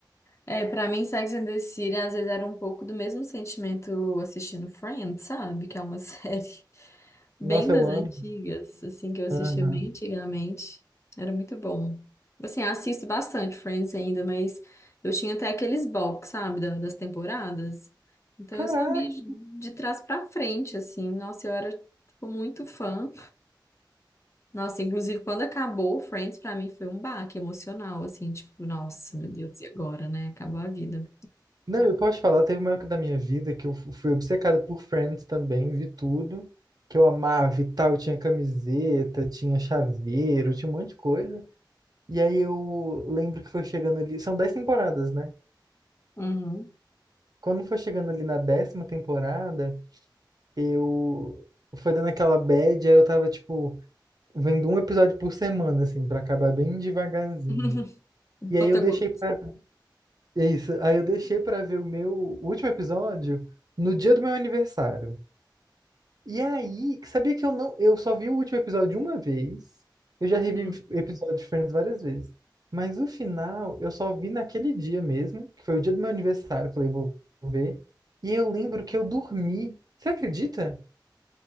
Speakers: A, on the left (about 35°); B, on the right (about 55°).
A: É, pra mim, Sex and the City às vezes era um pouco do mesmo sentimento assistindo Friends, sabe? Que é uma <laughs> série bem
B: Nossa,
A: das
B: eu amo.
A: antigas, assim, que eu assistia
B: Aham.
A: bem antigamente. Era muito bom. Assim, eu assisto bastante Friends ainda, mas eu tinha até aqueles box, sabe, da- das temporadas. Então
B: Caraca!
A: eu sabia de, de trás pra frente, assim. Nossa, eu era, tipo, muito fã. Nossa, inclusive quando acabou Friends, pra mim foi um baque emocional, assim, tipo, nossa, meu Deus, e agora, né? Acabou a vida.
B: Não, eu posso falar, teve uma época da minha vida que eu fu- fui obcecado por Friends também, vi tudo, que eu amava e tal, tinha camiseta, tinha chaveiro, tinha um monte de coisa. E aí eu lembro que foi chegando ali, são dez temporadas, né?
A: Uhum.
B: Quando foi chegando ali na décima temporada, eu foi dando aquela bad, aí eu tava, tipo, vendo um episódio por semana, assim, pra acabar bem devagarzinho.
A: <laughs> Bota
B: E aí eu deixei
A: gosto.
B: pra... É isso, aí eu deixei pra ver o meu último episódio no dia do meu aniversário. E aí, sabia que eu não, eu só vi o último episódio uma vez. Eu já revi
A: Hum,
B: episódios diferentes várias vezes. Mas o final, eu só vi naquele dia mesmo, que foi o dia do meu aniversário, falei, vou vou ver. E eu lembro que eu dormi. Você acredita?